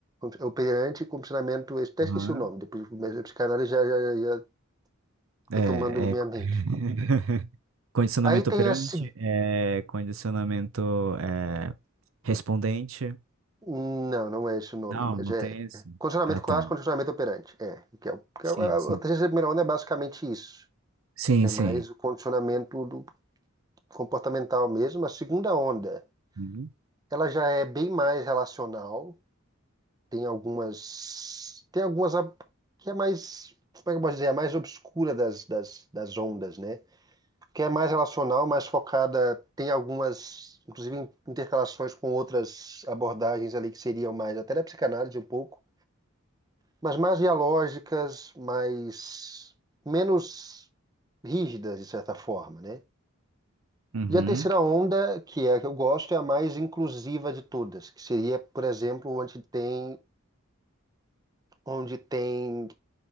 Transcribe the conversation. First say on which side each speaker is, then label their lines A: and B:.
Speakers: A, on the right (about 20°); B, on the right (about 75°).
A: É Operante e condicionamento. Eu até
B: Aham.
A: esqueci o nome, depois mas a psicanálise já, já, já
B: É,
A: tá tomando minha
B: é.
A: mente.
B: <laughs> Condicionamento
A: Aí tem
B: operante,
A: a. se-
B: é, condicionamento é, respondente.
A: Não, não é esse o nome,
B: Não,
A: mas
B: não
A: é.
B: tem esse.
A: é Condicionamento
B: Ah,
A: clássico,
B: tá.
A: condicionamento operante. É. Que é, o- que
B: Sim,
A: é o-
B: sim.
A: a a terceira primeira onda é basicamente isso.
B: Sim,
A: que É
B: sim.
A: mais o condicionamento do, comportamental mesmo. A segunda onda,
B: Uhum.
A: ela já é bem mais relacional, tem algumas, tem algumas a- que é mais, como é que eu posso dizer, a mais obscura das, das, das ondas, né? Que é mais relacional, mais focada, tem algumas, inclusive, in- intercalações com outras abordagens ali que seriam mais, até da psicanálise um pouco, mas mais dialógicas, mais, menos rígidas, de certa forma, né?
B: Uhum.
A: E a terceira onda, que é a que eu gosto, é a mais inclusiva de todas, que seria, por exemplo, onde tem, onde tem